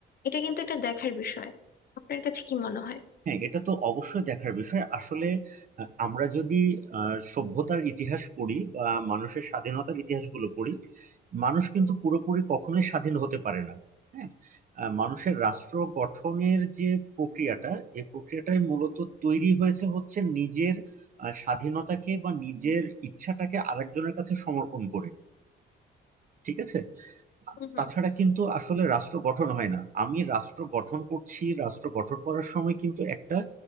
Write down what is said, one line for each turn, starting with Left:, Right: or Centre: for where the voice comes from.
Left: এটা কিন্তু একটা দেখার বিষয় আপনার কাছে কি মনে হয়
Right: হ্যাঁ এটা তো অবশ্যই দেখার বিষয় আসলে আহ, আমরা যদি আহ, সভ্যতার ইতিহাস পড়ি বা মানুষের স্বাধীনতার ইতিহাসগুলো পড়ি মানুষ কিন্তু পুরোপুরি কখনোই স্বাধীন হতে পারে না হ্যাঁ আহ, মানুষের রাষ্ট্র গঠনের যে প্রক্রিয়াটা এই প্রক্রিয়াটাই মূলত তৈরি হয়েছে হচ্ছে নিজের আহ, স্বাধীনতাকে বা নিজের ইচ্ছাটাকে আরেকজনের কাছে সমর্পণ করে ঠিক আছে
Left: হুম
Right: তাছাড়া কিন্তু আসলে রাষ্ট্র গঠন হয় না আমি রাষ্ট্র গঠন করছি রাষ্ট্র গঠন করার সময় কিন্তু একটা